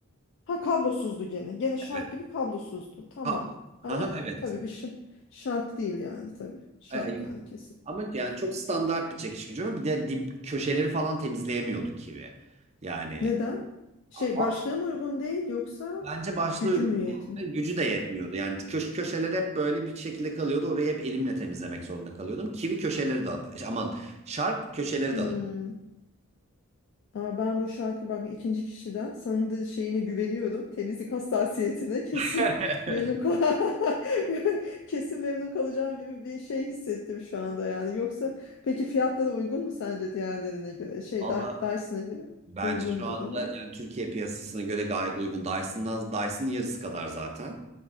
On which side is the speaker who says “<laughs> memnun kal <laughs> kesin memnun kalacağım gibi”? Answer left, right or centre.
Left